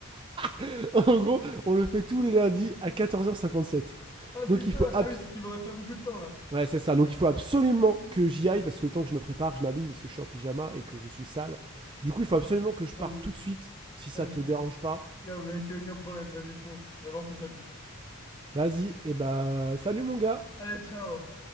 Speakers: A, on the right; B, on the left.
A: <laughs> en gros, on le fait tous les lundis à 14h57.
B: Ah
A: Donc
B: putain,
A: il faut abs-
B: ah oui, donc il me reste pas beaucoup de temps là.
A: Ouais, c'est ça. Donc il faut absolument que j'y aille parce que le temps que je me prépare, que je m'habille parce que je suis en pyjama et que je suis sale. Du coup, il faut absolument que je parte
B: Vas-y,
A: tout de suite si ça
B: vas-y.
A: te dérange pas.
B: Y'a mec, y a aucun problème, vas-y, fonce, va voir ton papy.
A: Vas-y, et bah salut mon gars.
B: Allez, ciao!